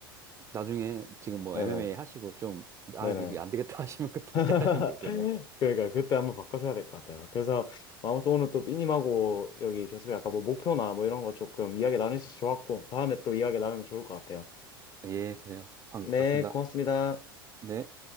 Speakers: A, on the right; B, on the left.
A: 나중에 지금 뭐
B: 네네.
A: MMA 하시고 좀, 아,
B: 네네.
A: 이거 안 되겠다 <laughs> 하시면 그때
B: <laughs>
A: 시작하시면 되죠, 뭐.
B: 그러니까 그때 한번 바꿔서 해야 될 것 같아요. 그래서 아무튼 오늘 또 삐님하고 여기 계속 약간 뭐 목표나 뭐 이런 거 조금 이야기 나누어서 좋았고 다음에 또 이야기 나누면 좋을 것 같아요.
A: 예, 그래요. 반갑습니다.
B: 네, 고맙습니다.
A: 네.